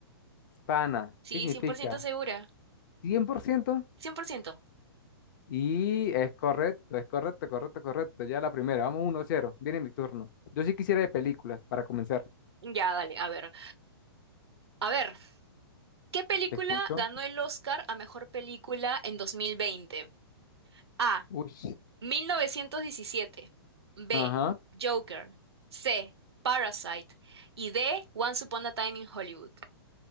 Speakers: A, on the left; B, on the right.
A: Pana.
B: Sí,
A: ¿Qué significa?
B: 100% segura.
A: 100%.
B: 100%.
A: Y es correcto, es correcto, correcto, correcto. Ya la primera. Vamos uno cero. Viene mi turno. Yo sí quisiera de películas para comenzar.
B: Ya, dale, a ver. A ver. ¿Qué película
A: Te escucho.
B: ganó el Oscar a mejor película en 2020? A.
A: Uy.
B: 1917. B.
A: Ajá.
B: Joker. C. Parasite. Y D. Once Upon a Time in Hollywood.